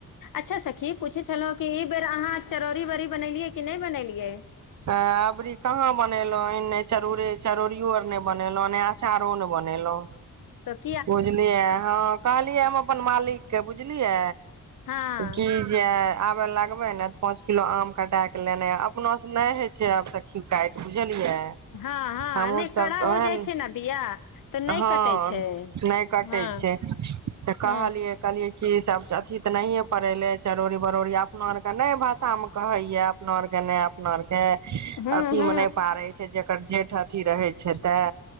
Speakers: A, on the left; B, on the right.
A: अच्छा सखी पूछै छलहुँ कि ई बेर अहाँ चरौरी वरी बनेलियै कि नहि बनेलियै
B: ह अबरी कहाँ बनेलो नय चरोरे चरौरियो आर नय बनेेलौ ने अचारो ने बनेेलऊ
A: तत
B: बुझलियै हँ कहलियै हम अपन मालिकके बुझलियै
A: हँ
B: की जे आब लगबे ने तऽ पाँंच किलो आम कटा के लेने अपना से न नहि होय छै आब सखी काटि बुझल लिय
A: हँ हँ
B: हमहूँसभ
A: नहि कड़ा
B: तऽ ओहन
A: हो जाइ छै ने बिया तऽ नहि
B: हँ
A: कटै छै
B: नहि कटै
A: हँ
B: छै त कहलियै
A: ह
B: कहलियै कि सब अथी ते नहिये पड़ेेले चरौड़ी बरौरी अपना आर के नय भाषा में कहेये अपना आर के ने अपना आर के
A: ह
B: अथी
A: ह
B: मे नहि पारय छै जेकर जेठ अथी रहै छै तऽ